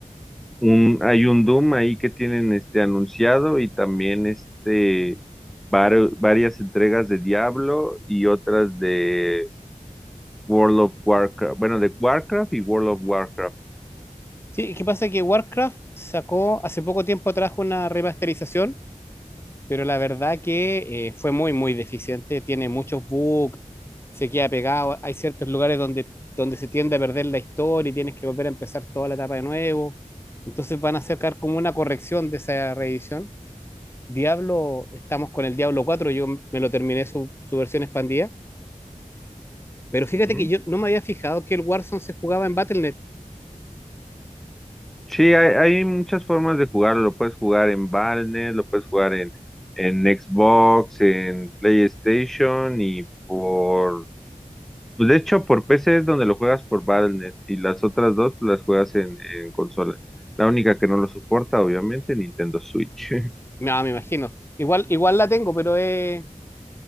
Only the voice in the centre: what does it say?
un, hay un Doom ahí que tienen este anunciado y también este vari- varias entregas de Diablo y otras de World of Warcraft, bueno, de Warcraft y World of Warcraft.
Ujú.
Sí, hay, hay muchas formas de jugarlo. Lo puedes jugar en Valnet, lo puedes jugar en, en Xbox, en PlayStation y por... pues, De hecho, por PC es donde lo juegas por Valnet y las otras dos las juegas en, en consola. La única que no lo soporta, obviamente, Nintendo Switch. <laughs>